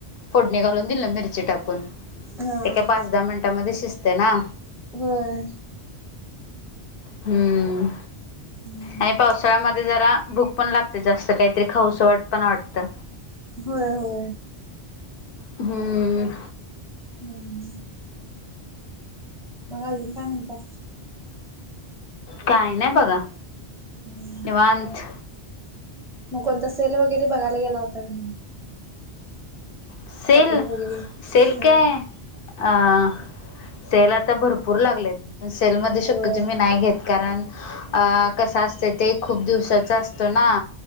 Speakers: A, on the left (about 60°); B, in the centre.
A: फोडणी घालून दिलं मिरची टाकून
B: हा
A: ते काय पाच दहा मिनिटांमध्ये शिजते ना
B: बर
A: हम्म
B: हम्म,
A: आणि पावसाळा म ध्ये जरा भूक पण लागते जास्त काहीतरी खावंसं पण वाटतं
B: होय होय
A: हम्म हम
B: हम्म मग अजून काय म्हणता?
A: काय नाही बघा.
B: हम्मं
A: निवांत
B: मंग कोणंता सेल वगैरें बघायंला गेलां होतां कां
A: सेल
B: कपडे वगैरे
A: सेल
B: हा
A: कायं अं सेल आंता भरंपूर लागलेत सेलमध्यें
B: होय
A: शक्यतोवर मी नाहीं घेतं कारणं अं कसं असतं ते खूंप दिवसांचा असतो नां